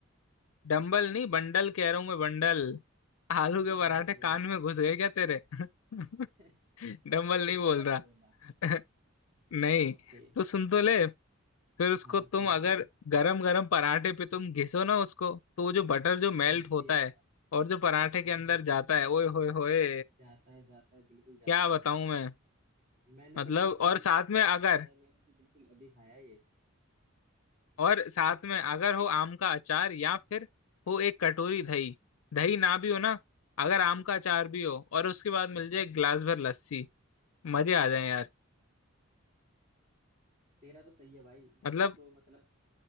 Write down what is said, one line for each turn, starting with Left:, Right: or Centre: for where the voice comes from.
Left: डंबल नहीं बंडल कह रहा हूं मैं बंडल आलू
Right: तूने
Left: के
Right: तो
Left: पराठे
Right: डंबल
Left: कान
Right: बोला था
Left: में घुस गए क्या तेरे <laughs>
Right: <laughs>
Left: डंबल
Right: तूने
Left: नहीं
Right: डंबल
Left: बोल रहा
Right: ही बोला
Left: <laughs> नहीं
Right: ओके
Left: तो सुन तो ले फिर उसको
Right: हाँ
Left: तुम
Right: सुना
Left: अगर
Right: दे
Left: गरम गरम पराठे पे तुम घिसो ना उसको तो वो जो बटर जो मेल्ट
Right: घिस
Left: होता
Right: दिया
Left: है और जो पराठे
Right: हाँ
Left: के अंदर
Right: होता
Left: जाता
Right: है
Left: है ओए होए होए
Right: जाता है जाता है बिल्कुल जाता
Left: क्या
Right: है
Left: बताऊं मैं
Right: मैंने
Left: मतलब
Right: तो बिल्कुल
Left: और
Right: अभी
Left: साथ
Right: मेरे को
Left: में
Right: क्या
Left: अगर
Right: बता रहा है मैंने तो बिल्कुल अभी खाया है ये
Left: और साथ में अगर हो आम का अचार या फिर हो एक कटोरी दही दही ना भी हो ना अगर आम का अचार भी हो और उसके बाद मिल जाए एक गिलास भर लस्सी मजे आ जाए यार
Right: तेरा तो सही है भाई
Left: मतलब
Right: तू तो मतलब